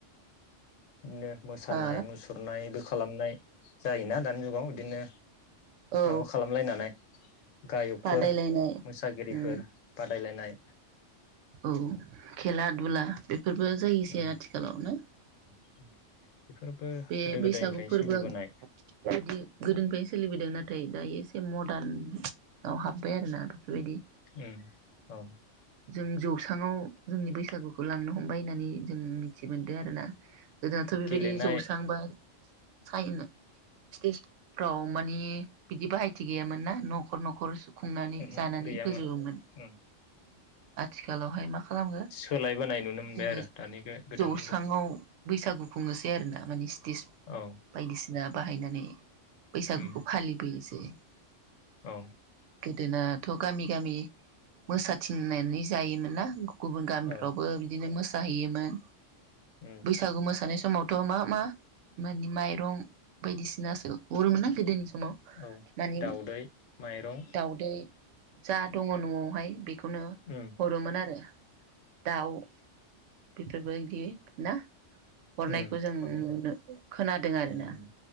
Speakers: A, on the left (about 80°); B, on the right (about 75°).
A: बिदिनो मोसानाय
B: ओ
A: मुसुरनाय खालामनाय जायोना दानि जुगाव बिदिनो
B: औ
A: माबा खालामलायनानै गायकफोर
B: बादायलायनाय
A: मोसागिरिफोर
B: उम
A: ब‌ बादायलायनाय
B: औ खेला दुला बेफोरबो जायोसै
A: उम
B: आथिखालावनो
A: <inaudible>
B: बे
A: गोदो
B: बैसागु
A: गोदायनिफ्रायनो
B: फोरबोआ
A: सोलिबोनाय
B: बिदि गोदोनिफ्रायनो सोलिबोदों नाथाय‌ दायो एसे मदार्नआव हाब्बाय आरोना बेफोरबायदि‌
A: ए औ
B: जों जौ बिबाङाव जोंनि बैसागु‌ बेखौ लांनो हमबाय होननानै जों मिथि मोनदों आरोना गोदोथ' बेबायदि
A: गेलेनाय
B: जौ साइनो स्टेजफ्राव मानि बिदि बाहायथि गैयामोन ना न'खर न'ख‌ नखर खुंनानै
A: ओहो
B: जानानै
A: गैयामोन
B: फोजोबोमोन
A: उम
B: आथिखालावहाय मा मा खालामो
A: सोलायबोनाय नुनो मोनबाय
B: जोङो
A: आरो दानि गोदान
B: जौस्राङाव
A: जुगाव
B: बैसागु खुङो <unintelligible> <unintelligible> <unintelligible>
A: औ
B: बायदिसिना बाहायनानै बैसागुखौ
A: उम
B: फालिबोयोसै <inaudible>
A: औ
B: गोदोनाथ गामि गामि मोसाथिंनानै जायोमोन ना गुबुन गामिफ्रावबो
A: औ
B: बिदिनो मोसा जाहैयोमोन
A: उम
B: बैसागु मोसानाय सम समावथ' मा मा मानि माइरं बायदिसिनासो हरोमोन आ गोदोनि समाव‌
A: औ
B: मानें
A: दाउदै माइरं
B: दाउदै जा दङ नआवहाय बे बेखौनो
A: उम
B: हरोमोन आरो दाउ बेफोरबायदि ना हरनायखौ
A: उम
B: जों
A: हरनाय
B: नुनो
A: जायो
B: खोनादों आरोना
A: नुनो मोनो